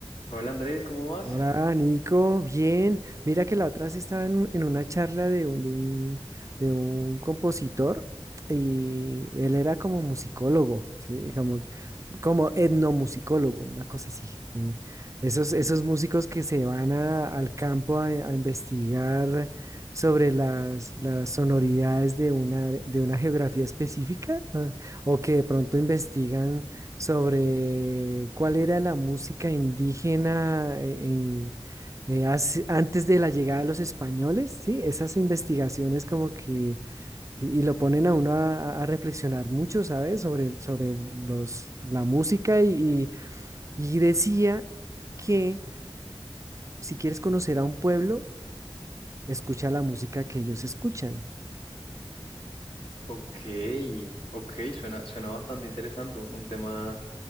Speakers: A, on the left (about 75°); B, on the right (about 35°).
A: Hola Andrés, ¿cómo vas?
B: Hola, Nico, bien. Mira que la otra vez estaba en, un- en una charla de un, de un, de un compositor y él era como musicólogo, ¿sí? Como, como etnomusicólogo, una cosa así. eh. Esos, esos músicos que se van a- al campo a, a investigar sobre las, las sonoridades de una, de una geografía específica, ah, o que de pronto investigan sobre cuál era la música indígena en, eh, hace- antes de la llegada de los españoles, ¿sí? Esas investigaciones como que, y y lo ponen a uno a, a reflexionar mucho, ¿sabes? Sobre, sobre los, la música y, y, y decía que si quieres conocer a un pueblo, escucha la música que ellos escuchan.
A: Ok, ok, suena, suena bastante interesante, un, un tema,